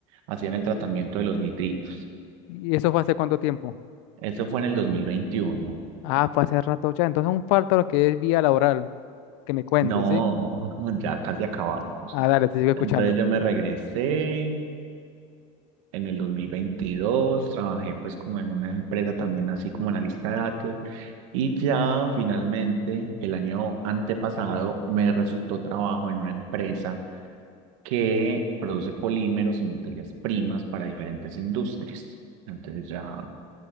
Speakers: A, on the right; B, on the left.
A: hacían el tratamiento de los nitritos.
B: ¿Y eso fue hace cuánto tiempo?
A: Eso fue en el 2021.
B: Ah, fue hace rato ya. Entonces aún falta lo que es vía laboral, que me cuentes,
A: No,
B: ¿sí?
A: <laughs> ya casi acabamos.
B: Ah, dale, te sigo escuchando.
A: Entonces yo me regresé en el 2022. trabajé pues como en una empresa también así como analista de datos y ya finalmente el año antepasado me resultó trabajo en una empresa que produce polímeros y materias primas para diferentes industrias. Entonces ya